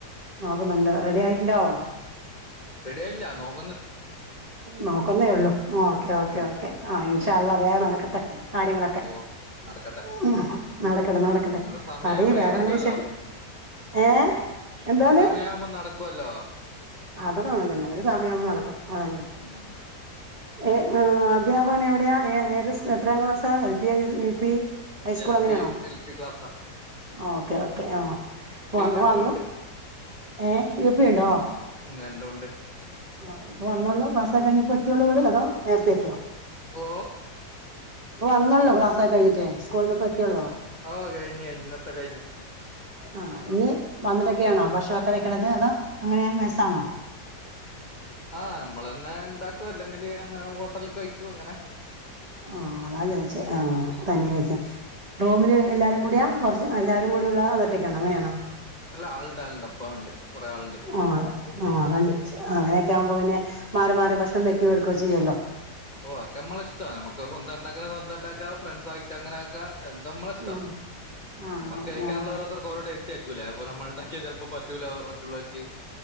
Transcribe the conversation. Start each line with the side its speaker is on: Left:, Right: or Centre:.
Right: നോക്കുന്നുണ്ടോ റെഡി ആയിട്ടുണ്ടോ?
Left: റെഡിയായില്ല നോക്ക
Right: നോക്കുന്നേ ഉള്ളൂ ഓക്കെ ഓക്കേ
Left: ഉം
Right: ഓക്കേ ആ ഇൻഷാ അല്ലാഹ് വേഗം നടക്കട്ടെ. കാര്യങ്ങളൊക്കെ.
Left: ഓ നടക്കട്ടെ.
Right: ഉം നടക്കട്ടെ നടക്കട്ടെ
Left: നല്ല സമയാവുമ്പോ
Right: പറയ് വേറെ
Left: നടക്കല്ലോ.
Right: വല്ല വിശേ ഏഹ് എന്താണ്
Left: അത് സമയാവുമ്പോ നടക്കുവല്ലോ.
Right: അതൊക്കെ അങ്ങനെ തന്നെ ഒരു സമയാവുമ്പോ നടക്കും അതന്നെ.
Left: ഉം
Right: ഏ അധ്യാപകൻ എവിടെയാ ഏത് സ് എത്രാം ക്ലാസാ L P U P? high school
Left: L
Right: അങ്ങനെയാണോ
Left: P എൽ പി ക്ലാസ.
Right: ഓക്കെ ഓക്കെ ആ
Left: രണ്ടും
Right: വന്നു
Left: ഉണ്ട്
Right: ഏ യു പി ഇണ്ടോ?
Left: രണ്ടും ഉണ്ട്
Right: ആ ഇപ്പൊ വന്നോളൂ ക്ലാസ്സൊക്കെ കഴിഞ്ഞ് ഇപ്പോ എത്തിയുള്ളൂ വീട് അതോ നേരത്തെ എത്തിയോ?
Left: ഓ?
Right: ഇപ്പ വന്നോള്ളൂ ക്ലാസ് ഒക്കെ കഴിഞ്ഞിട്ട് സ്കൂളിൽ നിന്ന് ഇപ്പോ എത്തിയുള്ളൂ?
Left: ഓ കഴിഞ്ഞ് കഴിഞ്ഞ് ഇന്നത്ത കഴിഞ്ഞ്.
Right: ആ ഇനി വന്നിട്ടൊക്കെയാണോ ഭക്ഷണൊക്കെ വെക്കണത് അതോ അങ്ങനെ മെസ്സാണോ?
Left: ആഹ് നമ്മൾ തന്നെ ഇണ്ടാക്കും അല്ലെങ്കില് അങ്ങനെ ഹോട്ടലിൽ കഴിക്കും അങ്ങനെ
Right: ആ അതാ ചോദിച്ചേ ആ തനിയെ വെച്ച റൂമില് എല്ലാരും കൂടെയാ കുറച്ച് എല്ലാരും കൂടി ഉള്ള അതോ ഒറ്റക്കാണൊ അങ്ങനെയാണോ?
Left: അല്ല ആള്ണ്ട് ആള്ണ്ട് ഒപ്പം ഒണ്ട് കുറെ ആള്ണ്ട്.
Right: ആഹ് ആഹ് അങ്ങനെയൊക്കെ ആവുമ്പോ പിന്നെ മാറി മാറി ഭക്ഷണം വെക്കോ എടുക്കുവോ ചെയ്യല്ലോ.
Left: ഓ ഒക്കെ മ്മളെ ഇഷ്ടാ നമുക്ക് സ്വന്തം ഇണ്ടാക്കണെ സ്വന്തം ഇണ്ടാക്കാ ഫ്രണ്ട്സ് ആയിട്ട് അങ്ങനാക്കാ നമ്മളെ ഇഷ്ടം
Right: ഉം ആഹ്
Left: നമ്മക്ക് കഴിക്കാനുള്ള
Right: അങ്ങനെല്ലേ
Left: ഓരോതർക്ക് ഓരോ ടേസ്റ്റ് ആരിക്കൂല്ലേ? അപ്പൊ നമ്മൾ ഉണ്ടാക്കിയ ചിലപ്പോ പറ്റൂല മറ്റുള്ളവര്ക്ക്